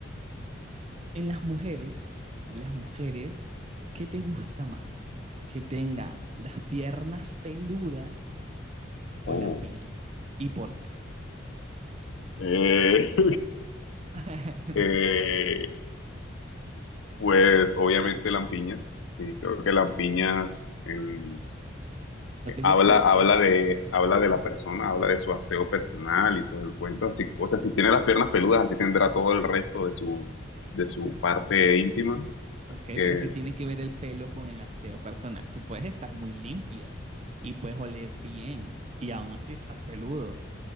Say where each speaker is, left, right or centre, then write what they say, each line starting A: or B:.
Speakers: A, on the right; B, on the left.
A: En las mujeres, en las mujeres, ¿qué te gusta más? Que tengan las piernas peludas o
B: Oh.
A: lampiñas? ¿Y por qué?
B: Eh,
A: <laughs>
B: <laughs> eh, Pues obviamente Lampiñas, sí, creo que Lampiñas em,
A: ¿No
B: eh,
A: te gustaría
B: habla, habla de, habla de la persona, habla de su aseo personal y todo el cuento. Así, o sea, si tiene las piernas peludas, así tendrá todo el resto de su, de su parte íntima.
A: Ok,
B: Así que
A: pero ¿qué tiene que ver el pelo con el aseo personal? Tú puedes estar muy limpio y puedes oler bien y aún así estar peludo.